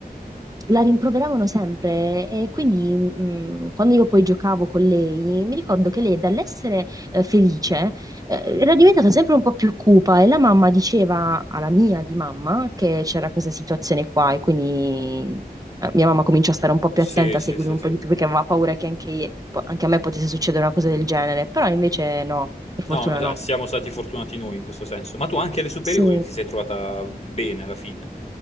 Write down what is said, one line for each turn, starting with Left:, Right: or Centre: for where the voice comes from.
Right: la rimproveravano sempre e quindi mh, quando io poi giocavo con lei, mi ricordo che lei dall'essere eh, felice eh, era diventata sempre un po' più cupa e la mamma diceva alla mia di mamma che c'era questa situazione qua e quindi eh, mia mamma cominciò a stare un po' più
Left: Sì,
Right: attenta, a
Left: sì,
Right: seguire
Left: sì,
Right: un
Left: sì.
Right: po' di più perché aveva paura che anche, anche a me potesse succedere una cosa del genere, però invece no, per fortuna
Left: No,
Right: no.
Left: eh, siamo stati fortunati noi in questo senso. Ma tu anche alle superiori
Right: Sì.
Left: ti sei trovata bene alla fine.